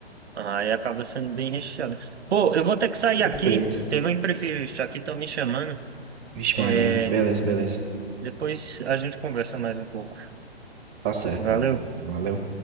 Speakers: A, on the right (about 85°); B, on the right (about 20°).
A: Aí acaba sendo bem recheada. Pô, eu vou ter que sair
B: Perfeito.
A: aqui. Teve um imprevisto aqui, estão me chamando.
B: Vixe
A: É,
B: Maria, beleza, beleza.
A: Depois a gente conversa mais um pouco.
B: Tá certo,
A: Valeu.
B: mano. Valeu.